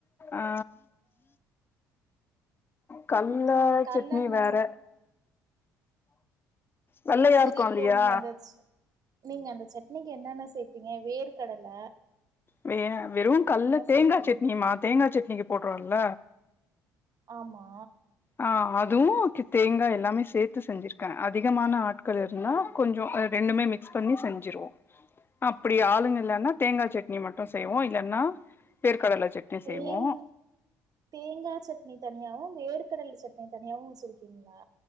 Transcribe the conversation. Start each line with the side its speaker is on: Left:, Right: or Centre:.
Left: அ கட்ல
Right: நீங்க கல்லன்னா
Left: சட்னி வேற வெள்ளையா
Right: சரி
Left: இருக்கு
Right: இப்போ
Left: இல்லியா
Right: நீங்க அந்த நீங்க அந்த சட்னிக்கு என்னென்ன சேப்பீங்க வேர் கடல
Left: வெ வெறு கட்ல்ல தேங்கா
Right: சேப்பீங்க
Left: சட்னிமா தேங்கா சட்னிக்கு போட்றோல்ல
Right: ஆமா
Left: ஆ அதுவு தேங்கா எல்லாமே சேத்து செஞ்சிருக்கே அதிகமான ஆட்கள் இருந்தா கொஞ்சோ ரெண்டுமே மிக் ஸ் பண்ணி செஞ்சிருவோ அப்டி ஆளுங்க இல்லன்னா தேங்கா சட்னி மட்டு செய்வோ இல்லன்னா வேர்கடல சட்னி
Right: தேங்க
Left: செய்வோ
Right: தேங்கா சட்னி தனியாவு வேர்கடல சட்னி தனியாவு வச்சிருக்கீங்களா